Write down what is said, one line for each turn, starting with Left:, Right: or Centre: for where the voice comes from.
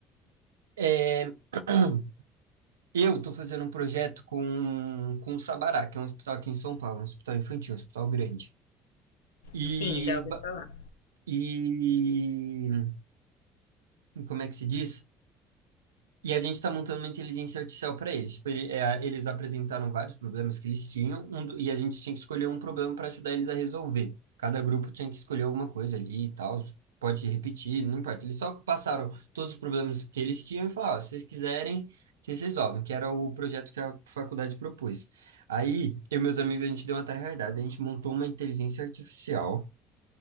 Right: É, <clears throat> eu estou fazendo um projeto com, com o Sabará, que é um hospital aqui em São Paulo, um hospital infantil, um hospital grande. E,
Left: Sim, já ouvi
Right: ba-
Left: falar.
Right: e como é que se diz? E a gente está montando uma inteligência artificial para eles. Tipo, ele- é, eles apresentaram vários problemas que eles tinham, um do- e a gente tinha que escolher um problema para ajudar eles a resolver. Cada grupo tinha que escolher alguma coisa ali e tal. Pode repetir, não importa. Eles só passaram todos os problemas que eles tinham e falaram: "Ó, se vocês quiserem, vocês resolvem, que era o projeto que a faculdade propôs. Aí, eu e meus amigos, a gente deu uma tarefa, a gente montou uma inteligência artificial